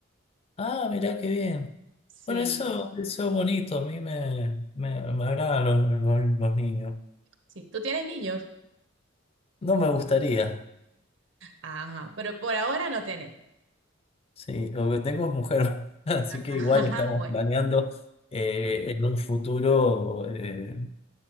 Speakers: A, on the left; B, on the right.
A: Ah, mirá qué bien.
B: Sí,
A: Bueno, eso, eso es bonito, a mí me, me, me agradan los, los los niños.
B: sí. ¿Tú tienes niños?
A: No me gustaría.
B: Ajá, pero por ahora no tenés.
A: Sí, lo que tengo es mujer, <laughs> así
B: Ajá,
A: que igual estamos
B: <laughs> bueno,
A: planeando eh, en un futuro, eh,